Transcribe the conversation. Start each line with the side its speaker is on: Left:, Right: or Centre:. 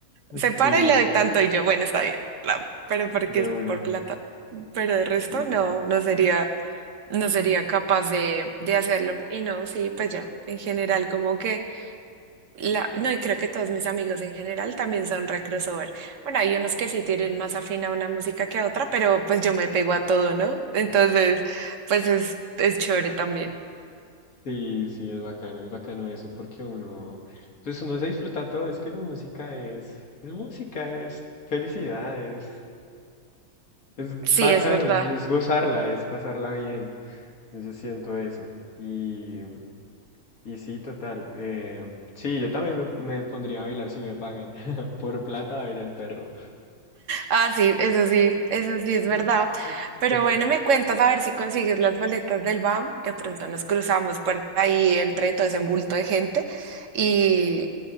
Right: se
Left: Sí,
Right: para y le doy tanto y yo, bueno, está bien, no, pero porque
Left: de
Right: es
Left: una,
Right: por plata, pero de resto
Left: sí.
Right: no, no sería, no sería capaz de, de hacerlo, y no, sí, pues ya, en general, como que la, no, y creo que todos mis amigos en general también son re crossover. Bueno, hay unos que sí tienen más afín a una música que a otra, pero pues yo me pego a todo, ¿no? Entonces, pues es, es chévere también.
Left: Sí, sí, es bacano, es bacano eso, porque uno, pues uno se disfruta todo, es que la música es, es música, es felicidad, es, es
Right: Sí,
Left: bacano,
Right: es verdad.
Left: es, es gozarla, es pasarla bien, yo siento eso, y, y sí, total, eh, sí, yo también me, me pondría a bailar si me pagan, <laughs> por plata baila el perro.
Right: Ah, sí, eso sí, eso sí
Left: <laughs>
Right: es verdad. Pero bueno, me cuentas a ver si consigues las boletas del BAM. De pronto nos cruzamos por ahí entre todo ese bulto de gente y,